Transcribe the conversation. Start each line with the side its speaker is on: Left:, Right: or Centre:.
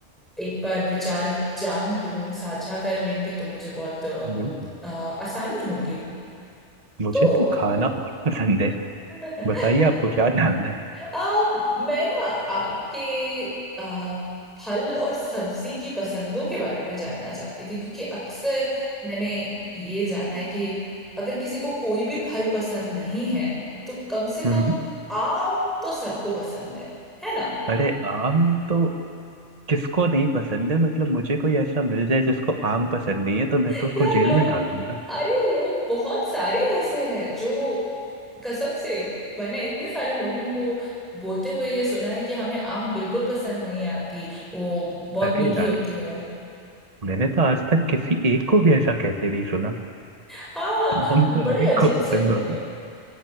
Centre: एक बार विचार जान लूँ साझा कर लेंगे तो मुझे बहुत अ,
Right: बिल्कुल
Centre: अ, आसानी होगी
Right: मुझे
Centre: तो
Right: तो खाना बहुत पसंद है
Centre: <laughs>
Right: बताइए आपको क्या जानना है
Centre: आ, मैं ना आपके आ, फल और सब्जी की पसंदों के बारे में जानना चाहती थी क्योंकि अक्सर मैंने ये जाना है कि अगर किसी को कोई भी फल पसंद नहीं है तो कम से
Right: हम्म,
Centre: कम आम तो सबको पसंद है है ना
Right: अरे आम तो किसको नहीं पसंद है मतलब मुझे कोई ऐसा मिल जाए जिसको आम पसंद नहीं है तो मैं
Centre: यार
Right: तो उसको जेल
Centre: लोग
Right: में डाल दूंगा
Centre: अरे लोग बहुत सारे ऐसे हैं जो कसम से मैंने इतने सारे लोगों को बोलते हुए ये सुना है कि हमें आम बिल्कुल पसंद नहीं आती वो बहुत
Right: अरे
Centre: मीठी
Right: यार
Centre: होती है
Right: मैंने तो आज तक किसी एक को भी ऐसा कहते नहीं सुना
Centre: हाँ
Right: आम
Centre: बड़े
Right: तो हर एक
Centre: अजीब
Right: को पसंद
Centre: से लोग
Right: होता
Centre: हैं
Right: है।